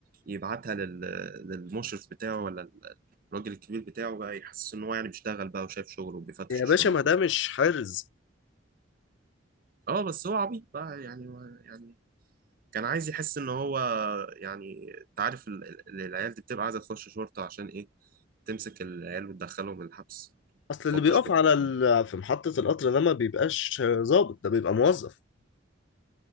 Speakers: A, on the right; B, on the left.
A: يبعتها لل... للمشرف بتاعه ولا ال- الراجل الكبير بتاعه بقى يحسس ان هو يعني بيشتغل بقى وشايف شغله وبيفتش
B: يا
A: الشنط
B: باشا ما ده
A: وكده
B: مش حرز
A: اه بس هو عبيط بقى يعني يعني كان عايز يحس ان هو يعني انت عارف ال- ال- العيال دي بتبقى عايزه تخش شرطه عشان ايه تمسك العيال وتدخلهم الحبس
B: اصل اللي
A: تقعد
B: بيقف
A: تشخط
B: على
A: فيهم
B: ال... في محطة القطر ده ما بيبقاش ظابط ده بيبقى موظف